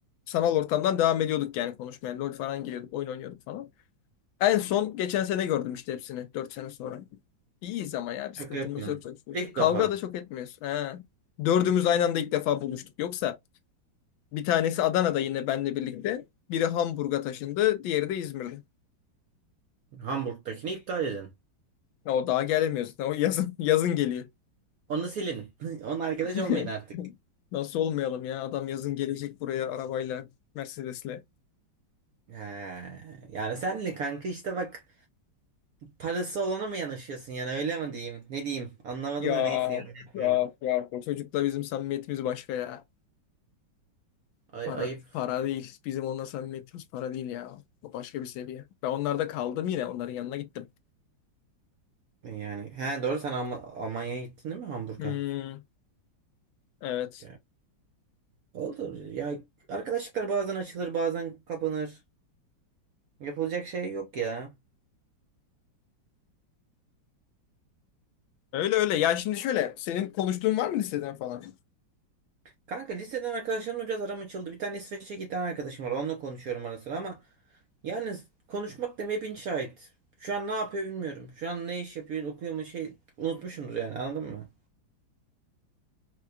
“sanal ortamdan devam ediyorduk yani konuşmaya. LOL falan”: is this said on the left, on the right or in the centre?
Left